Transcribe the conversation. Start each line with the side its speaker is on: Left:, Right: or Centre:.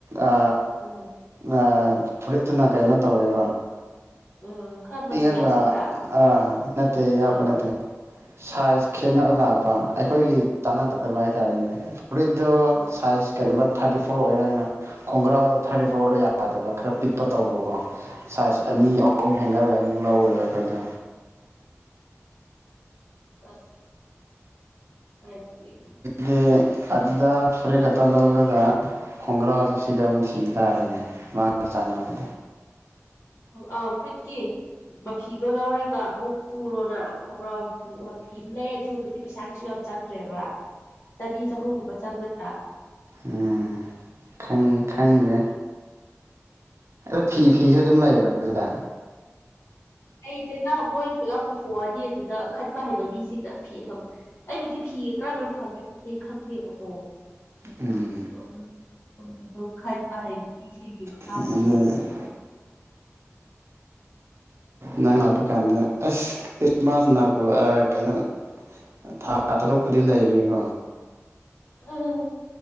Right: ꯑ
Left: ꯎꯝ
Right: ꯑꯥ ꯐꯨꯔꯤꯠꯇꯨꯅ ꯀꯩꯅꯣ ꯇꯧꯋꯦꯕ
Left: ꯎꯝ ꯈꯔ ꯃꯆꯨ
Right: ꯄꯤꯛꯑꯒ
Left: ꯌꯥꯛꯁꯤꯟꯕ꯭ꯔꯥ
Right: ꯑꯥ ꯅꯠꯇꯦ ꯌꯥꯛꯄ
Left: ꯑꯥ
Right: ꯅꯠꯇꯦ ꯁꯥꯏꯖ ꯈꯦꯠꯅꯕ ꯂꯥꯛꯄ ꯑꯩꯈꯣꯏꯒꯤ ꯆꯥꯟꯅꯗꯕ
Left: ꯑꯥ
Right: ꯍꯥꯏꯇꯥꯥꯔꯦꯅꯦ ꯐꯨꯔꯤꯠꯇꯣ
Left: ꯑꯥ
Right: ꯁꯥꯏꯖ ꯀꯩꯒꯨꯝꯕ ꯊꯥꯔꯇꯤ ꯐꯣꯔ ꯑꯣꯏꯔꯒꯅ ꯈꯣꯡꯒ꯭ꯔꯥꯎꯗ ꯊꯥꯔꯇꯤ ꯐꯣꯔꯗ ꯌꯥꯗꯕ ꯈꯔ ꯄꯤꯛꯄ ꯇꯧꯕꯀꯣ ꯁꯥꯏꯖ
Left: ꯑꯥ
Right: ꯑꯅꯤ ꯑꯍꯨꯝ ꯍꯦꯟꯒꯠꯂꯒ ꯑꯃꯨꯛ ꯂꯧꯋꯦꯕ ꯑꯩꯈꯣꯏꯗꯣ
Left: <unintelligible> <unintelligible> <inaudible>
Right: ꯍꯦ ꯑꯗꯨꯗ ꯐꯨꯔꯤꯠ ꯈꯛꯇ ꯂꯧꯔꯒ ꯈꯣꯡꯒ꯭ꯔꯥꯎꯁꯨ ꯁꯤꯗ ꯑꯃꯨꯛ ꯊꯤꯈꯤ ꯇꯥꯔꯦꯅꯦ ꯃꯥ ꯒ ꯆꯥꯟꯅꯕꯅꯤ
Left: ꯑꯪ ꯑꯥꯎ ꯐꯨꯔꯤꯠ ꯀꯤ ꯃꯐꯤꯗꯣ ꯂꯧꯔꯒ ꯑꯃꯨꯛ ꯇꯨꯔꯣꯅ ꯈꯣꯡꯒ꯭ꯔꯥꯎꯇꯨ ꯐꯤꯗꯨ ꯂꯩꯔ ꯇꯨꯕꯗꯤ ꯄꯩꯁꯥ ꯀꯩꯁꯨ ꯌꯥꯝ ꯆꯪꯗ꯭ꯔꯦꯕ ꯆꯅꯤ ꯆꯍꯨꯝꯒꯨꯝꯕ ꯆꯪꯒꯗ꯭ꯔ
Right: ꯎꯝ ꯈꯪ ꯈꯪꯗꯦ ꯑꯗꯣ ꯐꯤ ꯐꯤꯁꯨ ꯑꯗꯨꯝ ꯂꯩꯕ꯭ꯔ ꯑꯗꯨꯗꯥ
Left: ꯂꯩꯇꯦꯗ ꯃꯣꯏ ꯄꯨꯂꯞ ꯄꯨꯊꯣꯛꯑꯅꯤ ꯑꯗꯨꯗ ꯈꯟꯕ ꯍꯩꯕ ꯃꯤꯁꯤꯡꯅ ꯐꯤ ꯑꯐꯕ ꯑꯩꯕꯨꯗꯤ ꯐꯤ ꯀꯔꯝꯕꯅ ꯐꯒꯦꯕꯨꯗꯤ ꯈꯪꯗꯦꯕꯀꯣ
Right: ꯎꯝ
Left: ꯑꯗꯨ ꯑꯗꯣ ꯈꯟꯕ ꯍꯩꯕ ꯃꯤꯁꯤꯡꯒꯤ ꯃꯈꯥ
Right: ꯍꯑꯗꯨ
Left: ꯄꯣꯜꯂꯦ
Right: ꯅꯪ ꯂꯥꯛꯄ ꯀꯥꯟꯗ ꯑꯁ ꯈ꯭ꯔꯤꯁꯃꯥꯁ <unintelligible> ꯑ ꯀꯩꯅꯣ ꯊꯥ ꯇꯔꯨꯛꯄꯨꯗꯤ ꯂꯩꯔꯤꯕ
Left: <unintelligible>